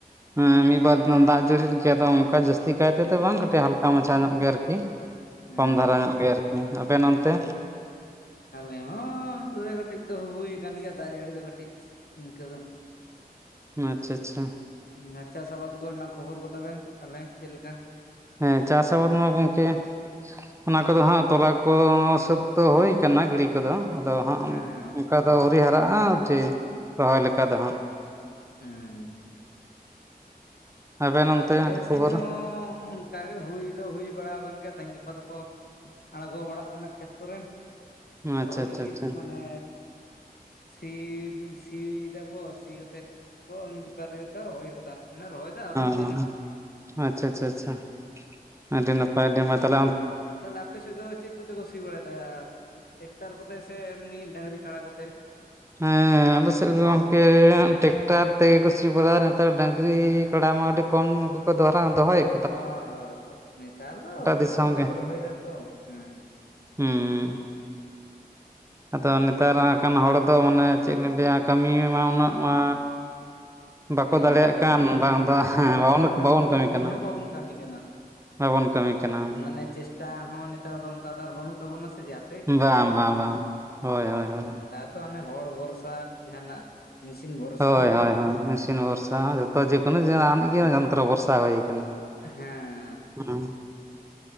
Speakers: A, on the right; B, on the left.
A: ᱦᱮᱸ ᱢᱤᱫ-ᱵᱟᱨ ᱫᱤᱱ ᱫᱟᱜ ᱡᱟᱹᱲᱤ ᱜᱮ, ᱟᱫᱚ ᱚᱝᱠᱟ ᱡᱟᱹᱥᱛᱤ ᱠᱟᱭ ᱛᱮᱫᱚ ᱵᱟᱝ ᱠᱟᱹᱴᱤᱡ ᱦᱟᱞᱠᱟ ᱢᱟᱪᱷᱟ ᱧᱚᱜ ᱜᱮᱭᱟ ᱟᱨᱠᱤ᱾
B: ᱦᱮᱸ
A: ᱠᱚᱢ ᱫᱷᱟᱨᱮ ᱧᱚᱜ ᱜᱮ ᱟᱨᱠᱤ ᱟᱵᱮᱱ ᱚᱱᱛᱮ?
B: ᱟᱞᱮ ᱦᱚᱸ ᱠᱟᱹᱴᱤᱡ ᱫᱚ ᱦᱩᱭᱩ ᱟᱠᱟᱱ ᱜᱮᱭᱟ ᱫᱟᱜ ᱡᱟᱹᱲᱤ ᱫᱚ ᱠᱟᱹᱴᱤᱡ ᱤᱝᱠᱟᱹ ᱫᱚ᱾ <inaudible>
A: ᱟᱪᱪᱷᱟ ᱟᱪᱪᱷᱟ᱾
B: ᱩᱸᱻ ᱪᱟᱥ ᱟᱵᱟᱫ ᱠᱚᱨᱮᱱᱟᱜ ᱠᱷᱚᱵᱚᱨ ᱠᱚᱛᱟ ᱵᱮᱱ ᱛᱟᱦᱞᱮ ᱪᱮᱫᱞᱮᱠᱟ?
A: ᱦᱮᱸ ᱪᱟᱥ ᱦᱚᱸ ᱵᱟᱹᱱᱩᱜ-ᱟ ᱜᱟᱝᱠᱮ᱾ ᱚᱱᱟ ᱠᱚᱫᱚ ᱦᱟᱸᱜ ᱛᱚᱞᱟ ᱠᱚ ᱥᱟᱹᱛ ᱫᱚ ᱦᱩᱭ ᱠᱟᱱᱟ ᱜᱤᱲᱤ ᱠᱚᱫᱚ ᱟᱫᱚ ᱦᱟᱸᱜ
B: ᱦᱮᱸ
A: ᱚᱝᱠᱟ ᱫᱚ ᱟᱹᱣᱨᱤ ᱦᱟᱨᱟᱜᱼᱟ ᱡᱮ ᱨᱚᱦᱚᱭ ᱞᱮᱠᱟ ᱫᱚ ᱦᱟᱸᱜ᱾
B: ᱦᱩᱸ
A: ᱟᱵᱮᱱ
B: ᱟᱞᱮ
A: ᱚᱱᱛᱮ ᱠᱷᱚᱵᱚᱨ
B: ᱥᱮᱡ ᱦᱚᱸ ᱚᱱᱠᱟ ᱜᱮ ᱦᱩᱭ ᱫᱚ ᱦᱩᱭ ᱵᱟᱲᱟᱣᱟᱠᱟᱱ ᱜᱮᱭᱟ ᱛᱮᱦᱮᱧ ᱜᱟᱯᱟ ᱫᱚᱠᱚ ᱟᱬᱜᱚ ᱵᱟᱲᱟᱜ ᱠᱟᱱᱟ ᱠᱷᱮᱛ ᱠᱚᱨᱮ᱾
A: ᱟᱪᱪᱷᱟ
B: ᱨᱚᱦᱚᱭ
A: ᱟᱪᱪᱷᱟ
B: ᱞᱟᱹᱜᱤᱫ
A: ᱟᱪᱪᱷᱟ
B: ᱢᱟᱱᱮ ᱥᱤ, ᱥᱤᱭ ᱫᱟᱠᱚ ᱥᱤ ᱠᱟᱛᱮᱫ ᱠᱚ ᱢᱤᱫ ᱵᱟᱨ ᱞᱮᱠᱟ ᱨᱚᱦᱚᱭ ᱠᱟᱫᱟ ᱢᱟᱱᱮ ᱨᱚᱦᱚᱭ ᱫᱚ ᱟᱹᱣᱨᱤ ᱞᱮ
A: ᱚ, ᱟᱪᱪᱷᱟ ᱟᱪᱪᱷᱟ ᱟᱪᱪᱷᱟ, ᱟᱹᱰᱤ ᱱᱟᱯᱟᱭ ᱟᱹᱰᱤ ᱢᱟ ᱛᱟᱦᱞᱮ ᱟᱢ
B: ᱛᱟᱦᱞᱮ ᱟᱯᱮᱥᱮᱫ ᱫᱚ ᱪᱮᱫ ᱠᱚᱛᱮ ᱠᱚ ᱥᱤ ᱵᱟᱲᱟᱭᱮᱫᱟ ᱴᱮᱠᱴᱟᱨ ᱠᱚᱛᱮ ᱥᱮ ᱮᱢᱱᱤ ᱰᱟᱝᱨᱤ ᱠᱟᱲᱟ ᱠᱚᱛᱮ?
A: ᱦᱮᱸ ᱟᱞᱮ ᱥᱮᱫ ᱫᱚ ᱜᱚᱝᱠᱮ ᱴᱮᱠᱴᱟᱨ ᱛᱮᱜᱮ ᱠᱚ ᱥᱤ ᱵᱟᱲᱟᱭᱟ ᱱᱮᱛᱟᱨ ᱰᱟᱹᱝᱨᱤ ᱠᱟᱲᱟ ᱢᱟ ᱟᱹᱰᱤ ᱠᱚᱢ ᱠᱚᱠᱚ ᱫᱚᱦᱨᱟ ᱫᱚᱦᱚᱭᱮᱫ ᱠᱚᱣᱟ
B: ᱦᱳᱭ ᱦᱳᱭ ᱱᱮᱛᱟᱨ ᱫᱚ ᱚᱱᱠᱟ
A: ᱫᱤᱥᱚᱢ
B: ᱫᱚ ᱵᱟᱠᱚ ᱫᱚᱦᱚᱭ ᱫᱟᱛᱚ ᱦᱩᱸ
A: ᱦᱩᱸ, ᱟᱫᱚ ᱱᱮᱛᱟᱨ ᱦᱟᱸᱜᱠᱷᱟᱱ ᱦᱚᱲ ᱛᱚ ᱢᱟᱱᱮ ᱪᱮᱫ ᱞᱤᱧ ᱞᱟᱹᱭᱟ ᱠᱟᱹᱢᱤ ᱢᱟ ᱩᱱᱟᱹᱜ ᱢᱟ ᱵᱟᱠᱚ
B: ᱦᱮᱸ
A: ᱫᱟᱲᱮᱭᱟᱜ
B: ᱵᱟᱵᱚᱱ
A: ᱠᱟᱱ
B: ᱠᱟᱢ
A: ᱵᱟᱝ ᱫᱚ
B: ᱦᱮᱸ ᱟᱨ ᱵᱚ
A: ᱵᱟᱵᱚᱱ
B: ᱟᱨ ᱠᱟᱹᱢᱤ
A: ᱵᱟᱵᱚᱱ ᱠᱟᱱᱟ
B: ᱦᱚᱸ ᱵᱟᱵᱚᱱ ᱠᱟᱹᱢᱤ ᱠᱟᱱᱟ
A: ᱵᱟᱵᱚᱱ ᱠᱟᱹᱢᱤ
B: ᱦᱩ
A: ᱠᱟᱱᱟ
B: ᱚᱱᱮ ᱪᱮᱥᱴᱟ ᱦᱚᱸ ᱱᱮᱛᱟᱨ ᱫᱚ ᱚᱱᱠᱟ ᱫᱚ ᱟᱨ ᱵᱟᱹᱱᱩᱜ ᱛᱟᱵᱚᱱᱟ ᱥᱮ ᱡᱮ ᱠᱟᱹᱴᱤᱡ
A: ᱵᱟ
B: ᱠᱟᱹᱢᱤ
A: ᱵᱟ ᱵᱟ ᱵᱟ ᱦᱳᱭ ᱦᱳᱭ ᱦᱳᱭ
B: ᱟᱵᱚᱫᱚ ᱟᱱᱮ ᱦᱚᱲ ᱵᱷᱚᱨᱥᱟ ᱡᱟᱦᱟᱱᱟᱜ ᱢᱮᱥᱤᱱ ᱵᱷᱚᱨᱥᱟ
A: ᱦᱳᱭ ᱦᱳᱭ ᱦᱳᱭ ᱢᱤᱥᱤᱱ ᱵᱷᱚᱨᱥᱟ ᱱᱮᱛᱟᱨ ᱢᱟ ᱡᱚᱛᱚ ᱡᱮᱠᱳᱱᱳ
B: ᱛᱚ
A: ᱡᱟᱦᱤᱡ ᱜᱮ ᱡᱚᱱᱛᱨᱚ ᱵᱷᱚᱨᱥᱟ ᱦᱳᱭ ᱠᱟᱱᱟ
B: ᱦᱮᱸ
A: ᱦᱩᱜ